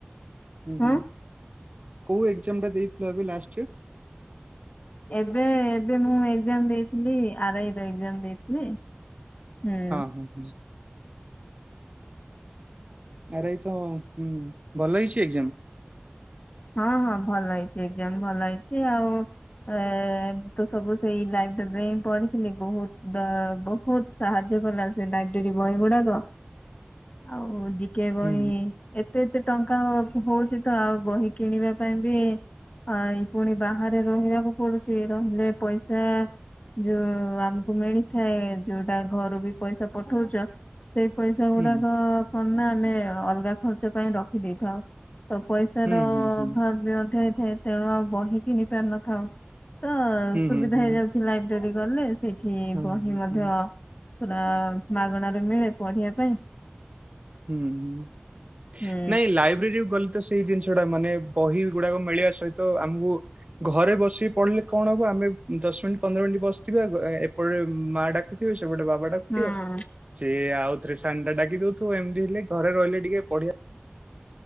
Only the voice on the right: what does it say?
ହୁଁ
ହୁଁ। କୋଉ ଏକଜାମ୍ ଟା ଦେଇଥିଲ ଏବେ ଲାଷ୍ଟ।
ହଁ ହଁ ହଁ। ଆରେଇ ତଁ ଭଲ ହେଇଛି ଏକ୍ଜାମ।
ହୁଁ
ହୁଁ
ହୁଁ
ହୁଁ ହୁଁ
ହୁଁ ହୁଁ ହୁଁ ହୁଁ
ହଁ
ହୁଁ
ହୁଁ ହୁଁ
ନାଇଁ ଲାଇବ୍ରେରୀରୁ ଗଲେ ତ ସେଇ ଜିନିଷ ମାନେ ବହି ଗୁଡାକ ମିଳିବା ସହିତ ଆମକୁ ଘରେ ବସିକି ପଢିଲେ କଣ ହବ ଆମେ ଦଶ ମିନିଟ୍ ପନ୍ଦର ମିନିଟ ବସିଥିବା ଏପଟରେ ମା ଡାକଥିବେ ସେ ସେପଟେ ଗୋଟେ ବାବାଟାକୁଏ
ସିଏ ଆଉ ଥରେ ସାନ ଡାକି ଦଉ ତୁ ଏମିତି ହେ ଘରେ ରହିଲେ ଟିକେ ପଢିଆ